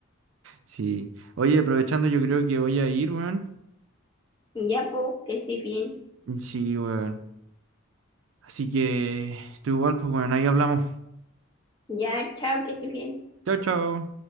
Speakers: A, on the right (about 65°); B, on the left (about 20°).
A: Sí. Oye, aprovechando, yo creo que voy a ir, weón.
B: Ya, po, que estés bien.
A: Sí, weón. Así que, tú igual, pues, bueno, ahí hablamos.
B: Ya, chao, que estés bien.
A: Chao, chao.